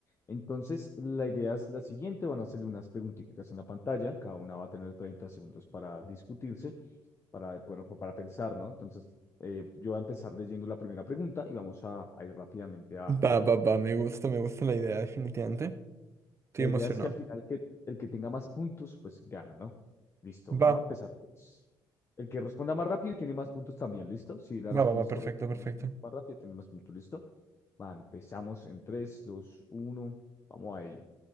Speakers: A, on the left; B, on the right.
A: Entonces, la idea es la siguiente, van a hacer unas preguntitas en la pantalla, cada una va a tener 30 segundos para discutirse, para, bueno, pues para pensar, ¿no? Entonces, eh, yo voy a empezar leyendo la primera pregunta y vamos a, a ir rápidamente a
B: Va, va, va, me gusta, me gusta la idea, definitivamente. Estoy
A: La
B: emocionado.
A: idea es que al final que el que tenga más puntos, pues gana, ¿no? Listo, vamos
B: Va,
A: a empezar pues. El que responda más rápido tiene más puntos también, ¿listo? Si la respondes
B: va, va, va,
A: correcta,
B: perfecto,
A: si
B: perfecto.
A: respondes más rápido, tiene más puntos, ¿listo? Va, empezamos en tres dos uno vamos a ello.